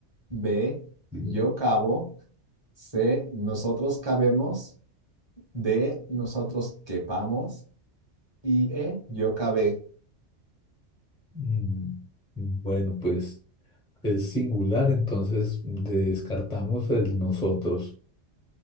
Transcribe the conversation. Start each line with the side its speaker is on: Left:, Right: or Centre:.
Right: B,
Centre: Sí.
Right: yo cabo. C, nosotros cabemos. D, nosotros quepamos. Y E, yo cabé.
Centre: Mm, Bueno, pues es singular, entonces descartamos el nosotros.